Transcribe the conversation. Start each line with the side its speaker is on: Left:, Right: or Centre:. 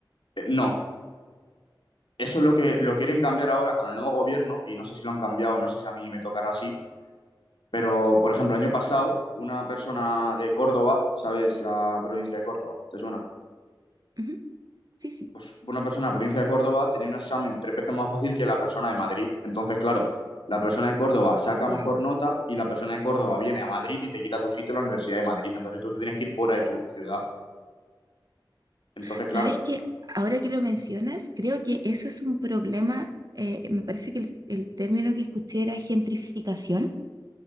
Left: eh, no. Eso es lo que lo quieren cambiar ahora con el nuevo gobierno y no sé si lo han cambiado, no sé si a mí me tocará así, pero por ejemplo, el año pasado una persona de Córdoba, ¿sabes? La provincia de Córdoba, ¿te suena?
Right: Ujú, Sí, sí.
Left: pues una persona de la provincia de Córdoba tenía un examen tres veces más fácil que la persona de Madrid. Entonces, claro, la persona de Córdoba saca
Right: Wow.
Left: mejor nota y la persona de Córdoba viene a Madrid y te quita tu sitio en la Universidad de Madrid. Entonces tú te tienes que ir fuera de tu ciudad. Entonces,
Right: ¿Sabes
Left: claro,
Right: qué? Ahora que lo mencionas, creo que eso es un problema. eh, me parece que el, el término que escuché era gentrificación,